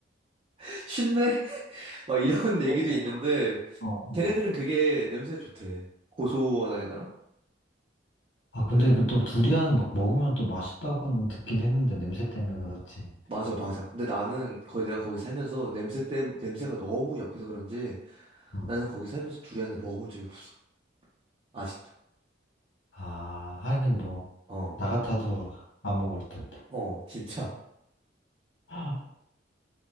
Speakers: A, on the right; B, on the left.
A: <laughs> 쉰내? 막 이런 <laughs> 얘기도
B: 어,
A: 있는데,
B: 어, 어.
A: 걔네들은 그게 냄새 좋대. 고소하다 해야 되나?
B: 아, 근데
A: 근데
B: 그 또 두리안 막 먹으면 또 맛있다고는 듣긴 했는데 냄새 때문에 그렇지.
A: 맞아, 맞아. 근데 나는 거의 내가 거기 살면서 냄새 때, 냄새가 너무 역해서 그런지
B: 음.
A: 나는 거기 살면서 두리안을 먹어본 적이 없어. 아직도.
B: 아, 하긴 뭐,
A: 어,
B: 나 같아도 안 먹을 듯.
A: 어, 진짜.
B: <laughs>